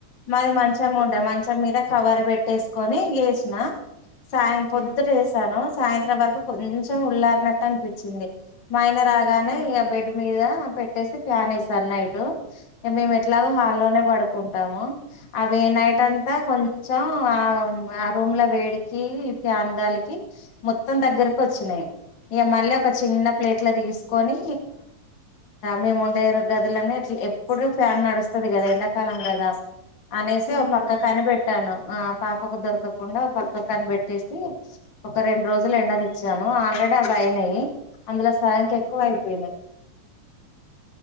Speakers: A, on the left; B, on the left.
A: మది మంచమ్
B: హ్మ్
A: ఉండ మంచం మీద కవర్ పెట్టేసుకొని వేసిన సాయం పొద్దుట
B: హ్మ్
A: వేసాను సాయంత్రం వరకు కొంచెం ఉల్లారనట్టు అనిపించి వచ్చింది మయైన రాగానే
B: హ్మ్
A: ఈ బెడ్ మీద పెట్టేసి ఫ్యాన్ వేసాను నైటు మేమట్లగో హాల్లోనే పడు కుంటము అ నైట్
B: హ్మ్
A: అంతా కొంచం ఆ ఆ రూమ్ లో వేడికి ఫ్యాన్గాలికి మొత్తం దగ్గరికి వచ్చినాయి ఇగా మళ్ళ ఒక చిన్న ప్లేట్ల తీసుకొని మేము ఉండే గదులనే అట్లా ఎప్పుడు ఫ్యాన్ నడుస్తుంది కదా ఎండాకాలం కదా అనే
B: అవునండి
A: పక్కకని బెట్ ట్టాను ఆ పాపకు దొరకకుండా పక్క కని పెట్టేసి ఒక రెండు రోజులు ఎండనిచ్చాను ఆల్రెడీ అవి అయినయి అందులో సగానికి ఎక్కువ అయిపోయినాయి